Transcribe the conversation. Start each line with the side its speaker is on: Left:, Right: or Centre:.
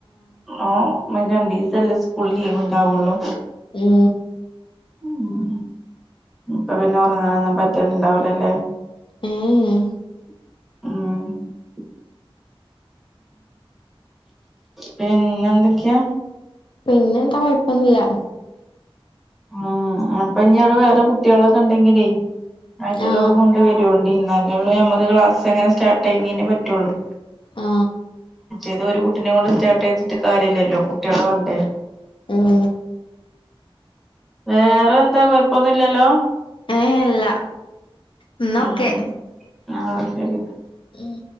Centre: ആ മറ്റ് രണ്ടീസല്ലേ സ്കൂൾ ലീവ്ണ്ടാവുള്ളു.
Left: മ്
Centre: മ് ഇപ്പ പിന്നെ ഒറങ്ങാനൊന്നും പറ്റല്ണ്ടാവൂലലെ
Left: ഏ എ
Centre: മ് പിന്നെന്തെക്കെ
Left: പിന്നെ എന്താ കൊയപ്പൊന്നുല്ല
Centre: ഉ അപ്പഞ്ഞി അവടെ വേറെ കുട്ട്യാളൊക്കെണ്ടെങ്കിലേയ് ആയിട്ടല്ലക്കെ
Left: ആഹ്
Centre: കൊണ്ടു വരും ഇന്നാലൊള്ളേ നമമ്മക്ക് ക്ലാസ്സെ ങ്ങനെ സ്റ്റാർട്ട് ചെയ്യനെന്നെ പറ്റുള്ളു
Left: ആ
Centre: ഏതോ ഒരു കുട്ടിനെ കൊണ്ട് സ്റ്റാർട്ട് ചെയ്തിട്ട് കാര്യല്ലല്ലോ കുട്ടികളു വേണ്ടേ
Left: ഉം
Centre: വേറെ എന്താ കുയപ്പൊന്നുല്ലല്ലോ
Left: ഏ ഇല്ല എന്നാ
Centre: ഉം
Left: ഒക്കെ
Centre: ആ ശരി
Left: ഉം